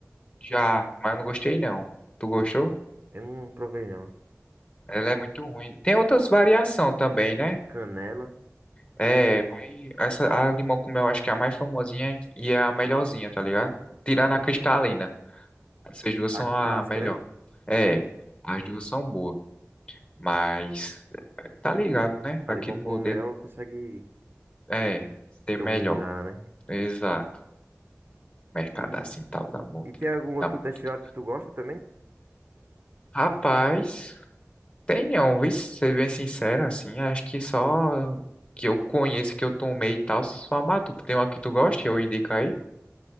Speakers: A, on the left; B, on the right.
A: já. Mas eu não gostei, não. Tu gostou?
B: Essa- Eu não provei, não.
A: Ela é muito ruim. Tem outras variações também, né?
B: canela.
A: É, mas essa, a limão com mel acho que é a mais famosinha e é a melhorzinha, tá ligado? Tirando
B: Acho que
A: a
B: é a,
A: cristalina. Essas duas
B: a
A: são
B: clássica,
A: a melhor.
B: né?
A: É, as duas são boas. Mas. Tá ligado, né?
B: A
A: Daquele
B: limão com
A: modelo.
B: mel consegue
A: É, ser
B: dominar,
A: melhor.
B: né?
A: Exato. Mercado
B: E,
A: assim tal da Montila.
B: e tem algum outro
A: Da Montuta.
B: destilado que tu gosta também?
A: Rapaz. Tenho, vixe, ser bem sincero, assim, acho que só que eu conheço, que eu tomei e tal, só a Matuta. Tem uma que tu gosta, que eu indico aí?